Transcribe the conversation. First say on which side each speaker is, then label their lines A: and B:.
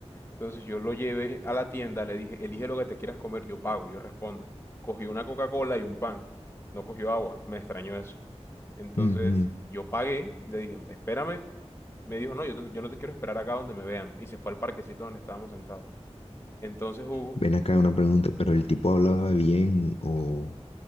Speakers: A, on the left (about 20°); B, on the left (about 60°).
A: Entonces yo lo llevé a la tienda, le dije, elige lo que te quieras comer, yo pago, yo respondo. Cogió una Coca-Cola y un pan, no cogió agua, me extrañó eso. Entonces
B: Ujú.
A: yo pagué, le dije, espérame. Me dijo, no, yo, te- yo no te quiero esperar acá donde me vean. Y se fue al parquecito donde estábamos sentados. Entonces Hugo
B: Ven acá una pregunta, pero el tipo hablaba bien o,